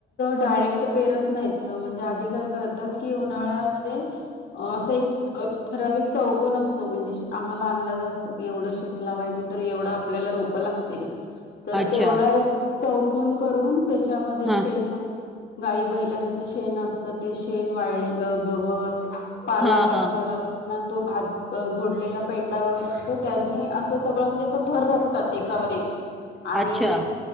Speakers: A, on the left (about 60°); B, in the centre.
A: डायरेक्ट पेरत नाहीत म्हणजे आधी काय करतात की उन्हाळ्यामध्ये असा एक ठराविक चौकन असतो म्हणजे आम्हाला अंदाज असतो की एवढं श लावायच तर एवढं आपल्याला रोप लागतील तर
B: अच्छा
A: तेवढा चौकोन करून त्याच्यामध्ये
B: हा
A: शेन गाई बैलांच शेण असत ते शेण वाळलेलं गवत पाला
B: हा
A: पाचोळा
B: हा
A: ना तो भात जोडलेला पेंडा वगैरे असतो त्यानी अस सगळं म्हणजे असं थर असतात एकावर एक आणि
B: अच्छा